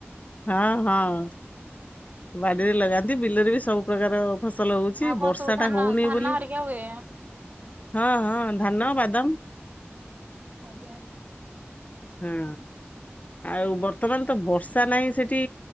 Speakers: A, on the left (about 35°); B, on the right (about 40°).
A: ହଁ ହଁ। ବାଡିରେ ଲଗାନ୍ତି ବିଲରେ ବି ସବୁ ପ୍ରକାର ଫସଲ ହୋଉଚି
B: ଆଉ କଣ
A: ବର୍ଷା
B: ସବୁ ଧାନ
A: ଟା ହୋଉନେଇ
B: ଧାନ
A: ବୋଲି
B: ହରିକା ହୁଏ
A: ହଁ ହଁ ଧାନ ବାଦାମ।
B: ଆଜ୍ଞା।
A: ହୁଁ। ଆଉ ବର ବର୍ତ୍ତମାନ ତ ବର୍ଷା ନାହିଁ ସେଠି